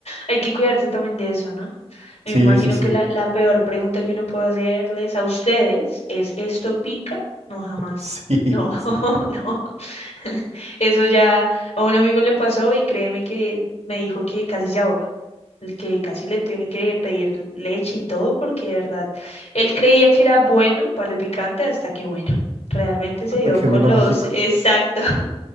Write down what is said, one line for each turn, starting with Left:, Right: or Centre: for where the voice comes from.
Left: Hay que cuidarse también de eso, ¿no? Me
Right: Sí,
Left: imagino
Right: sí, sí.
Left: que la,
Right: <laughs>
Left: la peor pregunta que uno puede hacerles a ustedes es, ¿esto pica? No, jamás.
Right: Sí,
Left: No, <laughs>
Right: sí.
Left: no. <laughs> Eso ya a un amigo le pasó y créeme que me dijo que casi se ahoga, el que casi le tienen que pedir leche y todo porque de verdad, él creía que era bueno para el picante hasta que bueno, realmente se
Right: Hasta
Left: dio
Right: que
Left: con
Right: vino
Left: los,
Right: a México.
Left: <laughs> exacto,